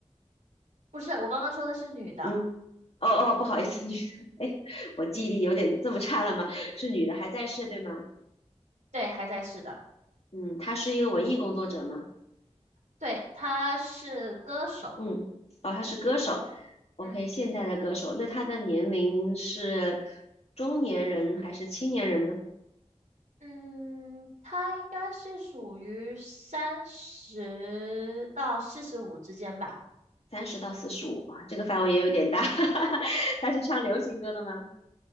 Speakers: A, on the right; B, on the left.
A: 不是，我刚刚说的是女的。
B: 嗯。哦哦，不好意思，女的，<laughs> 哎，我记忆力有点这么差了吗？是女的，还在世，对吗？
A: 对，还在世的，
B: 嗯，她是一个文艺工作者吗？
A: 对，他是歌手，
B: 嗯，哦，她是歌手，OK，
A: 嗯
B: 现代的歌手，那她的年龄是中年人还是青年人呢？
A: 嗯，他应该是属于三十到四十五之间吧，
B: 三十到四十五，哇，这个范围也有点大。<laughs> 她是唱流行歌的吗？